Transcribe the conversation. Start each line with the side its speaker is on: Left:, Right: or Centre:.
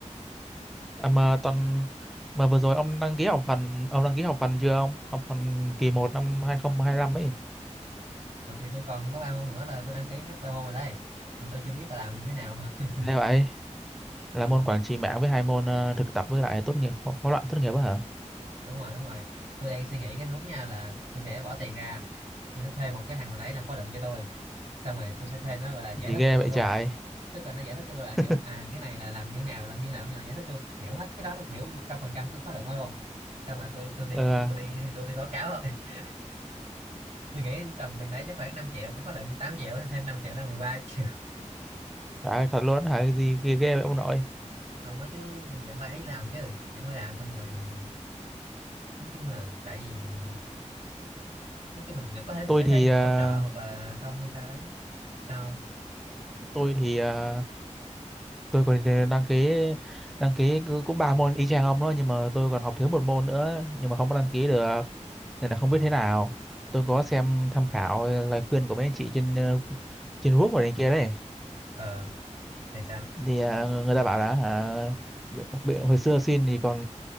Centre: à, mà tuần mà vừa rồi ông đăng ký học phần ông đăng ký học phần chưa ông? Học phần kỳ một năm hai không hai lăm ấy.
Right: còn thì tôi còn có ba môn nữa là tôi đăng ký hết ba môn rồi đây mà tôi chưa biết là làm như thế nào
Centre: Nghe
Right: <laughs>
Centre: vậy
Right: Ờ,
Centre: là môn quản trị mạng với hai môn ờ, thực tập với lại tốt nghiệp ho- hóa luận tốt nghiệp á hả?
Right: đúng rồi đúng rồi tôi đang suy nghĩ cái hướng nha là tôi sẽ bỏ tiền ra tôi sẽ thuê một cái thằng nào đấy làm khóa luận cho tôi xong rồi tôi sẽ thuê nó gọi là giải
Centre: Gì
Right: thích
Centre: ghê
Right: cho
Centre: vậy
Right: tôi luôn
Centre: trời.
Right: tức là nó giải thích cho tôi
Centre: <laughs>
Right: là kiểu à cái này là làm như nào làm như nào như là giải thích cho tôi hiểu hết cái đó tôi hiểu một trăm phần trăm cái khóa luận đó luôn xong rồi tôi tôi đi
Centre: Ờ,
Right: tôi đi tôi đi báo cáo rồi <laughs> tôi nghĩ tầm tiền đấy chắc khoảng năm triệu cái khóa luận tám triệu thêm 5 triệu là 13 triệu
Centre: trời ơi, thật luôn hả? Gì ghê, ghê vậy ông nội.
Right: không nói chứ vẫn phải làm chứ vẫn phải làm xong rồi nói chung là tại vì nói chung mình có thể
Centre: Tôi
Right: sẽ
Centre: thì
Right: thuê người
Centre: ờ,
Right: hỗ trợ hoặc là không hay sao đấy sao
Centre: tôi thì ờ, tôi còn ờ, đăng ký đăng ký cũng ba môn y chang ông đó nhưng mà tôi còn học thiếu một môn nữa nhưng mà không có đăng ký được. nên là không
Right: ờ
Centre: biết thế nào tôi có xem tham khảo lời khuyên của mấy anh chị trên ờ, trên group ở này kia đấy
Right: ờ, thì sao
Centre: thì ờ, người ta bảo là hả bị, bị, hồi xưa xin thì còn